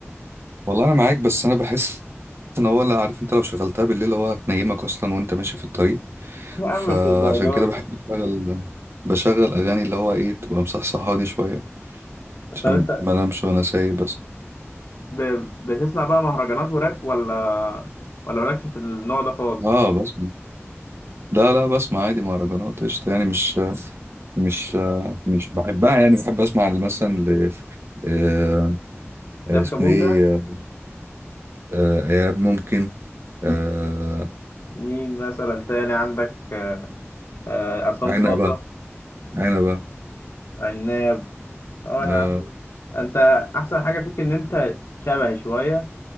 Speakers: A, on the right; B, on the left.
A: والله انا معاك بس انا بحس ان هو لا عارف انت لو شغلتها بالليل هو هتنيمك اصلا وانت ماشي في الطريق
B: يا عم
A: فعشان
B: مش للدرجات
A: كده بحب
B: دي
A: اشغل بشغل اغاني اللي هو ايه تبقى مصحصحاني شويه عشان
B: طب انت
A: ما انامش وانا سايق بس
B: ب- بتسمع بقى مهرجانات وراب ولا ولا مالكش في النوع ده خالص
A: اه بسمع لا لا بسمع عادي مهرجانات قشطه يعني مش مش آه، مش بحبها يعني بحب اسمع مثلا ل آه، آه،
B: لام
A: اسمه
B: كابونجا
A: ايه آه، آه، ايهاب ممكن آه،
B: مين مثلا تاني عندك آه، عصام
A: وعنبة
B: صاصة
A: عنبة
B: عناب اه يا
A: آه،
B: عم انت احسن حاجة فيك ان انت شبهي شوية